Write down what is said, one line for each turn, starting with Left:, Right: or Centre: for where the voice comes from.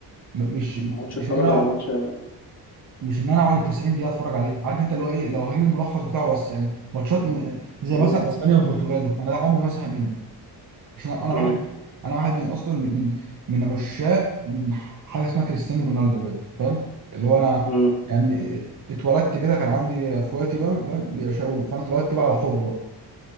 Right: م- مش
Left: ما اقعدش
Right: مش
Left: اتفرج
Right: ان انا اقعد
Left: على ماتش
Right: مش ان انا اقعد ال 90 دقيقه اتفرج عليه عارف انت اللي هو ايه لو هجيب الملخص بتاعه بس يعني ماتشات م- زي
Left: مم.
Right: مثلا اسبانيا والبرتغال ده انا ده عمري ما ازهق منه عشان انا
Left: مم.
Right: واحد انا واحد من اصلا من من من عشاق من ح- حاجه اسمها كريستيانو رونالدو بجد فاهم اللي هو انا
Left: مم.
Right: يعني اتولدت كده كان عندي اخواتي بقى فاهم بيعشقوه فانا اتولدت بقى على حب بقى